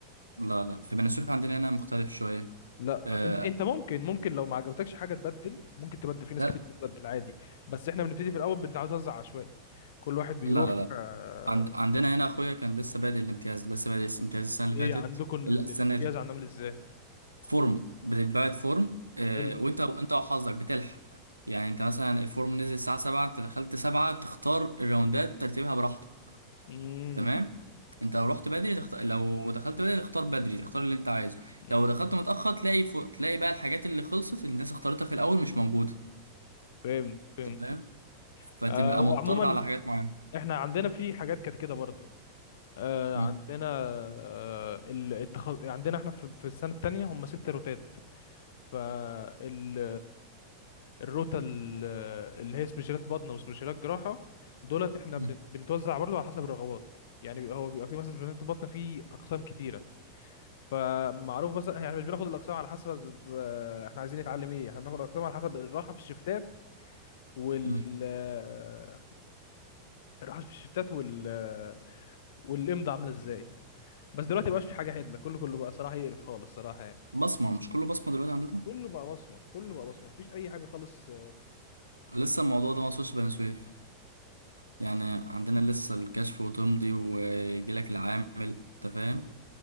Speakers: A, on the right; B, on the left.
A: لا لا في بني سويف عندنا هنا مختلف شويه
B: لا
A: آه
B: انت انت ممكن ممكن لو ما عجبتكش حاجه تبدل ممكن تبدل في ناس
A: لا
B: كتير بتبدل عادي بس احنا بنبتدي في الاول بنتوزع عشوائي كل واحد بيروح
A: لا لا, لا.
B: آه،
A: عند عندنا هنا اخويا كان لسه بادئ الامتياز لسه بادئ الامتياز السنه
B: ايه
A: اللي فاتت
B: عندكم
A: لا
B: ال-
A: السنه
B: الامتياز
A: دي
B: عندنا عامل ازاي
A: فورم بتتبعت فورم آه
B: حلو
A: وانت انت وحظك بتلحق يعني انت مثلا الفورم نزل الساعه 7 انت دخلت 7 تختار الراوندات ترتيبها براحتك
B: امم
A: تمام انت لو رحت بدري تخت... لو دخلت بدري تختار بدري تختار اللي انت عايزه
B: امم
A: لو دخلت متأخر تلاقي فوق... تلاقي بقى الحاجات اللي خلصت اللي الناس اختارتها في الأول مش موجودة
B: فهمت فهمت
A: انت فاهم فتبقى
B: آه هو
A: مضطر
B: عموما
A: على حاجات معينة
B: احنا عندنا في حاجات كانت كده برضو آه
A: مم.
B: عندنا آه ال- التخ... عندنا احنا في, في السنه التانية هم ست روتات فال الروتا ال- اللي هي سبيشالات بطنه وسبيشالات جراحه دولت احنا
A: مم.
B: بن- بنتوزع برضو على حسب الرغبات يعني بيبقى- هو بيبقى في مثلا سبيشالات البطنه في اقسام كتيره فمعروف مثلا يعني مش بناخد الاقسام على حسب آه، احنا عايزين نتعلم ايه احنا بناخد الاقسام على حسب الراحه في الشفتات وال
A: مم.
B: آه، الراحه في الشفتات وال آه، والامضه عامله ازاي بس دلوقتي مبقاش في حاجه عدله كله كله بقى صراحه يقرف خالص صراحه يعني
A: بصمة مش كله بصمة دلوقتي عندكم
B: كله بقى بصمه كله بقى بصمه مفيش اي حاجه خالص
A: لسه الموضوع ده ما وصلش بني سويف يعني عندنا لسه الكشف وتمضي ويجيلك العامل انت فاهم